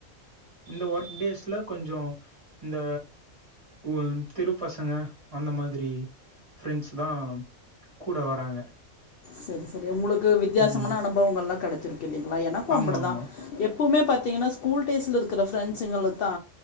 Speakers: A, on the right; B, on the left.
A: இந்த ஒர்க் டேஸ்ல கொஞ்சோ இந்த வ தெருப்பசங்க அந்த மாதிரி ஃப்ரெண்ட்ஸ் தா கூட வராங்க
B: செரி செரி உங்களுக்கு வித்தியாசமான
A: ம்.
B: அனுபவங்கள்‌லா கெடச்சிருக்கு இல்லைங்ளா எனக்கு
A: ஆமாமா.
B: அப்டி தா எப் எப்புமே பாத்தீங்கன்னா ஸ்கூல் டேஸ்ல இருக்கற ஃப்ரெண்ட்ஸ்சுங்களுக்கு தா